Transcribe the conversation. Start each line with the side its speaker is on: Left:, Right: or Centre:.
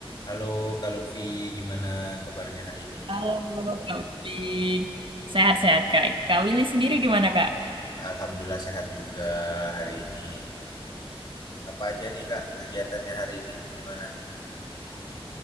Left: Halo Kak Lutfi, gimana kabarnya hari ini?
Right: Halo Kak Willy, sehat-sehat Kak. Kak Willy sendiri gimana Kak?
Left: Alhamdulillah sehat juga hari ini. Apa aja nih Kak kegiatannya hari ini? Gimana?